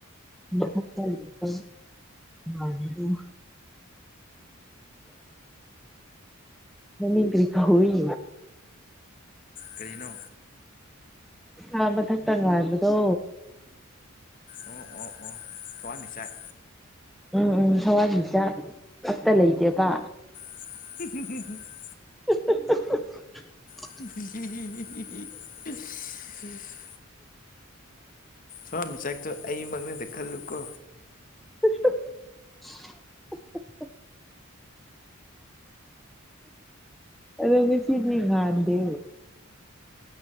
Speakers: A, in the centre; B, on the left.
A: ꯃ ꯇ ꯂꯩ ꯃꯗꯣ ꯃꯃꯤꯡ ꯀꯔꯤ ꯀꯧꯏ
B: ꯀꯔꯤꯅꯣ
A: ꯑꯥ ꯃꯊꯛꯇ ꯉꯥꯟꯕꯗꯣ
B: ꯑꯣ ꯑꯣ ꯑꯣ ꯊꯋꯥꯟꯃꯤꯆꯥꯛ
A: ꯎꯝ ꯎꯝ ꯊꯋꯥꯟꯃꯤꯆꯥꯛ ꯑꯃꯇ ꯂꯩꯇꯦꯕ
B: <unintelligible>
A: <unintelligible>
B: ꯎꯝ ꯊꯋꯥꯟꯃꯤꯆꯥꯛꯇꯣ ꯑꯩꯃꯛꯅꯦꯗꯤ ꯈꯜꯂꯨꯀꯣ
A: <unintelligible> ꯉꯥꯁꯤꯗꯤ ꯉꯥꯟꯗꯦ